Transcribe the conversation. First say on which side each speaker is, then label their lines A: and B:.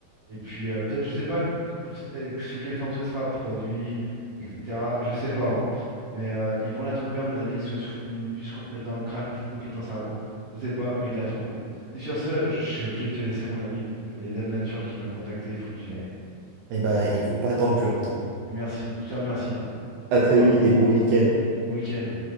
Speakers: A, on the right (about 65°); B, on the right (about 85°).
A: Et puis, euh, peut-être, je sais pas sous c'est- sous quelle forme ce sera, produit, etc. Je sais pas. hein. Mais euh, ils vont la trouver, à mon avis, que ce soit sous forme d'une puce qu'on te mette dans le crâne qui te copie ton cerveau. Je sais pas, mais ils la trouveront. Et sur ce, je suis obligé de te laisser, mon ami, parce qu'il y a Dame Nature qui m'a contacté, il faut que j'y aille.
B: eh ben, il faut pas attendre plus longtemps.
A: Et merci, je te remercie. hein.
B: À
A: Au
B: très
A: revoir.
B: vite et bon week-end.
A: Bon week-end.